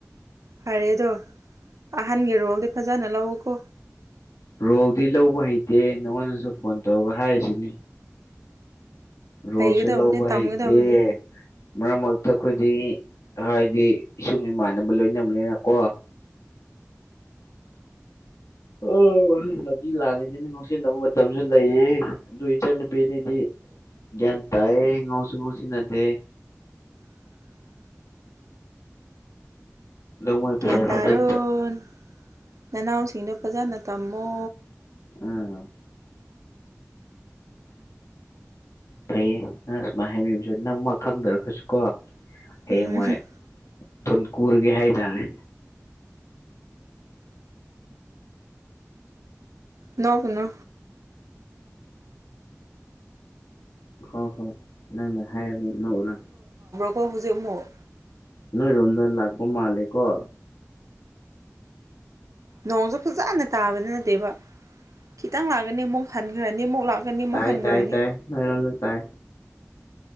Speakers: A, on the right; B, on the left.
A: ꯐꯔꯦꯗꯣ ꯑꯍꯟꯒꯤ ꯔꯣꯜꯗꯤ ꯐꯖꯅ ꯂꯧꯎꯀꯣ
B: ꯔꯣꯜꯗꯤ ꯂꯧꯕ ꯍꯩꯇꯦ ꯅꯪꯉꯣꯟꯗꯁꯨ ꯐꯣꯟ ꯇꯧꯔꯒ ꯍꯥꯏꯔꯤꯁꯤꯅꯤ ꯔꯣꯁꯦ
A: ꯍꯩꯒꯗꯕꯅꯤ
B: ꯂꯧꯕ
A: ꯇꯝꯒꯗꯕꯅꯤ
B: ꯍꯇꯦ ꯃꯔꯛ ꯃꯔꯛꯇ ꯑꯩꯈꯣꯏꯗꯤ ꯍꯥꯏꯗꯤ ꯏꯁꯨꯡ ꯏꯃꯥꯟꯅꯕ ꯂꯣꯏꯅꯕꯅꯤꯅꯀꯣ ꯑꯣ ꯍꯧꯖꯤ ꯂꯥꯛꯉꯤꯁꯤꯅꯤ ꯉꯧꯁꯤꯟꯅꯕ ꯃꯇꯝꯁꯨ ꯂꯩꯌꯦ ꯑꯗꯨ ꯏꯆꯟꯅꯨꯄꯤꯅꯤꯗꯤ ꯌꯥ ꯇꯥꯏꯌꯦ ꯏ ꯉꯁꯨ ꯉꯁꯤꯅꯗꯦ
A: <unintelligible>
B: ꯑꯗꯣ ꯃꯣꯏ ꯄꯩꯁꯥ
A: ꯒ꯭ꯌꯥꯟ ꯇꯥꯔꯣꯟ
B: ꯊꯥꯗꯕꯗ
A: ꯅꯅꯥꯎꯁꯤꯡꯗꯣ ꯐꯖꯅ ꯇꯝꯃꯣ
B: ꯎꯝ ꯐꯩꯌꯦ ꯅꯪ ꯁꯨꯃꯥꯏꯅ ꯍꯥꯏꯕꯤꯕꯁꯦ ꯅꯪ ꯃꯥ ꯈꯪꯗ꯭ꯔꯒꯁꯨ ꯀꯣ ꯍꯌꯦꯡ
A: ꯎꯝ
B: ꯃꯣꯏ ꯊꯨꯤꯟꯀꯨꯔꯒꯦ ꯍꯥꯏꯇꯥꯔꯦ
A: ꯅꯒꯅ
B: ꯍꯣ ꯍꯣ ꯅꯪꯅ ꯍꯥꯏꯌꯦꯔ
A: ꯍꯣꯏ ꯍꯧꯖꯃꯨ
B: ꯅꯣꯏꯏꯔꯟꯖꯅ ꯂꯥꯛꯄ ꯃꯥꯂꯀꯣ
A: ꯅꯣꯡꯁꯨ ꯐꯖꯅ ꯇꯥꯕꯅꯤ ꯅꯠꯇꯦꯕ ꯈꯤꯇꯪ ꯂꯥꯛꯀꯅꯤ ꯑꯃꯨꯛ ꯍꯟꯈ꯭ꯔꯅꯤ ꯑꯃꯨꯛ ꯂꯥꯛꯀꯅꯤ ꯑꯃꯨꯛ
B: ꯇꯥꯏ
A: ꯍꯟꯈ꯭ꯔꯅꯤ
B: ꯇꯥꯏ ꯇꯥꯏ ꯅꯣꯏꯔꯣꯝꯗ ꯇꯥꯏ